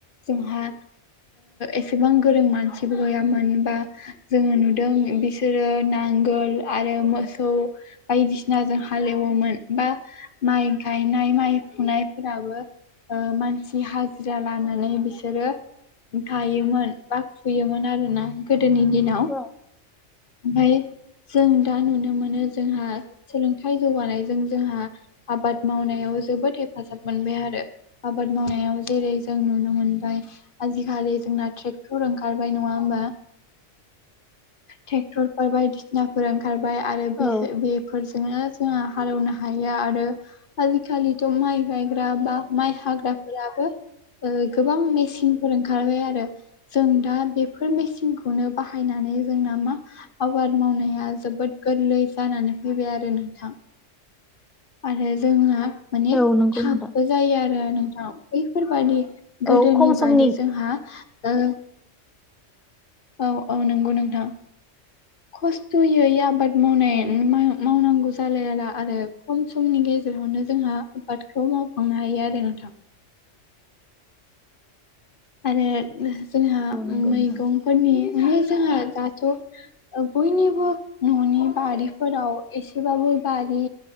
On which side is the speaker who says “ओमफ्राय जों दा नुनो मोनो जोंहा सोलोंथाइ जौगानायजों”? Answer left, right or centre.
Left